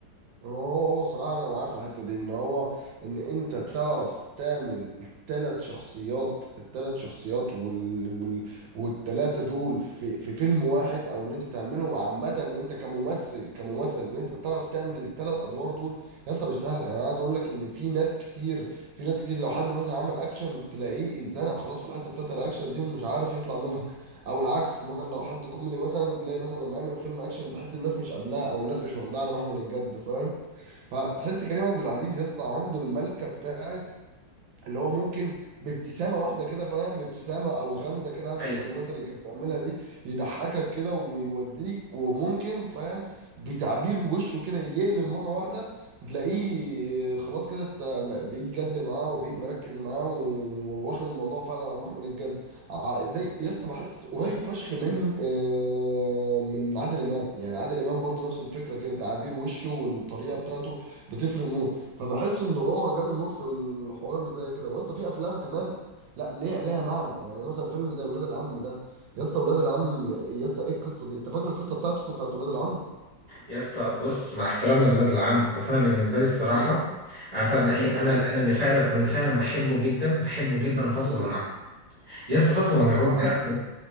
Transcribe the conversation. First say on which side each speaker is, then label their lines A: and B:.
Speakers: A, on the right; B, on the right.
A: هو هو صراحة أنا معاه في الحتة دي إن هو إن أنت تعرف تعمل التلات شخصيات التلات شخصيات وال... وال... والتلاتة دول في... في فيلم واحد أو إن أنت تعملهم عامة أنت كممثل كممثل إن أنت تعرف تعمل التلات أدوار دول يا اسطى مش سهل يعني أنا عايز أقول لك إن في ناس كتير في ناس كتير لو حد مثلا عمل أكشن تلاقيه اتزنق خلاص في الحتة بتاعت الأكشن دي ومش عارف يطلع منها أو العكس مثلا لو حد كوميدي مثلا تلاقي مثلا لما يعمل فيلم أكشن تحس الناس مش قابلاه أو الناس مش واخداه على محمل الجد فاهم فتحس كريم عبد العزيز يا اسطى عنده الملكه بتاعت اللي هو ممكن بابتسامه واحده كده فاهم بابتسامه او غمزه كده عارف
B: ايوه
A: الغمزات اللي كانت بيعملها دي يضحكك كده ويوديك وممكن فاهم بتعبير وشه كده يقلب مره واحده تلاقيه خلاص كده انت م- بقيت جد معاه وبقيت مركز معاه و- وواخد الموضوع فعلا على محمل الجد ع- زي يا اسطى بحس قريب فشخ من آه، من عادل امام يعني عادل امام برضو نفس الفكره كده تعابير وشه والطريقه بتاعته بتفرق موت فبحس ان هو جامد موت في الحوار اللي زي كده واسطى في افلام كمان لا ليها ليها معنى يعني مثلا فيلم زي ولاد العم ده يا اسطى ولاد العم يا اسطى ايه القصه دي انت فاكر القصه بتاعته بتاعت ولاد العم
B: يا اسطى بص مع احترام الولد العم بس انا بالنسبه لي الصراحه
A: امم
B: عارف انا
A: امم
B: ايه انا انا اللي فعلا انا اللي فعلا بحبه جدا بحبه جدا فاصل
A: امم
B: ونعود يا اسطى فاصل
A: ده
B: ونعود
A: اكتر واحد
B: ده